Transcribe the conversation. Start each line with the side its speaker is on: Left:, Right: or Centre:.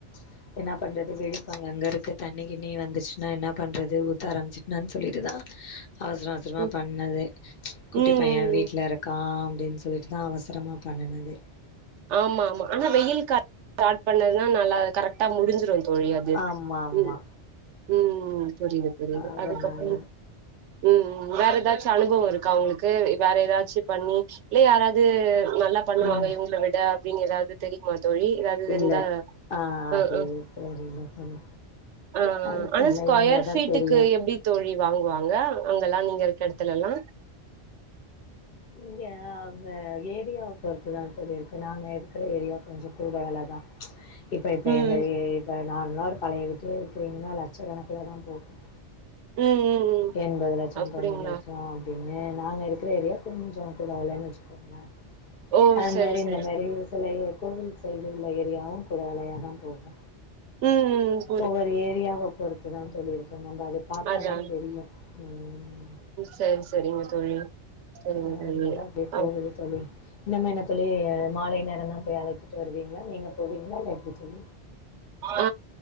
Left: ம்ச் என்னா பண்ணுறது வேடிப்பாங்கங்க இருக்கு தண்ணி கிண்ணி வந்துச்சுனா என்னா பண்ணுறது ஊத்த ஆரம்மிச்சிட்னான் சொல்லிட்டு தா அவசரோ அவசரமா
Right: ம்
Left: பண்ணதே ம்ச் குட்டி
Right: ம்
Left: பையன்
Right: ம்
Left: வீட்ல
Right: ம்.
Left: இருக் கா அப்டின்னு சொல்லிட்டு தா அவசரமா பண்ணுனதே
Right: ஆமா ஆமா ஆனா வெயில் காட் காட் பண்ணதுதா நல்லா கரெக்டா முடிஞ்சிரு அத் தோழி அது
Left: ஆமா ஆமா.
Right: ம் ம்ம் புரியுது புரியுது
Left: அதனால
Right: அதுக்கப்றோ உம்ம் வேற ஏதாச்சும் அனுபவம் இருக்கா உங்களுக்கு வேற ஏதாச்சும் பண்ணி இல்ல யாராது நல்லா பண்ணுவாங்க
Left: ம்
Right: இவங்கள விட அப்டின்னு ஏதாவது தெரியுமாத் தோழி எதாவது
Left: இல்ல.
Right: இருந்தா
Left: ஆ
Right: ம்
Left: அது
Right: ம்
Left: தெரில தோழி.
Right: ஆஆ
Left: அது
Right: ஆனா
Left: தெர்ல
Right: ஸ்கொயர்
Left: இவங்கள
Right: ஃபீட்டுக்கு
Left: தான் தெரியு.
Right: எப்டி தோழி வாங்குவாங்க அங்கல்லா நீங்க இருக்க எடத்துலெல்லா
Left: இங்க அவுங்க ஏரியாவ் பொறுத்து தா தோழி இருக்கோ நாங்க இருக்கிற ஏரியா கொஞ்சோ கூட வெல தா ம்ச் இப்ப இப்ப
Right: ம்
Left: எங்க வீட் ப்ப நார்மலா ஒரு பழைய வீட்லயே இருக்கிறீங்னா லட்சக்கணக்குல தா போகு
Right: ம் ம் ம்
Left: எண்பது லட்சோ
Right: அப்டிங்களா
Left: தொண்ணூறு லட்சோ ஆப் துமே நாங்க இருக்கிற ஏரியா கொஞ்சோ கூட வெலன்னு வச்சுக்கோங்களே
Right: ஓ
Left: அது
Right: சரி
Left: மாரி
Right: சரி
Left: இந்த மாரி சில ஏ கோவில் சைடு உள்ள ஏரியாவு கூட வெலையாதா போகு
Right: ம் ம் ம்
Left: ஒவ்வொரு ஏரியாவ பொறுத்துதா தோழி இருக்கு நம்ப அத பாத்தாதா
Right: அதா
Left: தெரியு ம்
Right: சேரி சேரிங்க தோழி சரிங்க
Left: அ
Right: தோழி
Left: அதனால அப்டியே போகுது
Right: அ
Left: தோழி இன்னும் என்ன தோழி அ மாலை நேரோ தா போய் அழைத்துட்டு வருவீங்களா நீங்க போவீங்களா இல்ல எப்டி தோழி
Right: ஆ